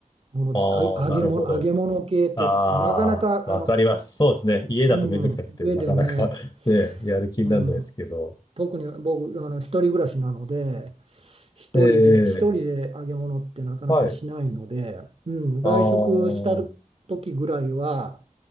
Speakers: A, on the right (about 45°); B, on the left (about 30°).
A: ものです。
B: ああ、
A: あ、揚げ物、
B: なるほど。
A: 揚げ物系って、
B: ああ、
A: なかなか、あの、
B: わかります。そうですね。家だとめんどくさくて、
A: うん、家でね、
B: なかなか <laughs> ね、やる気にならないですけど。
A: うん、特に僕、あの、一人暮らしなので、一人で、
B: ええ、
A: 一人で揚げ物ってなかなかしないので、
B: はい。
A: うん、外食した
B: ああ、う
A: 時ぐらいは、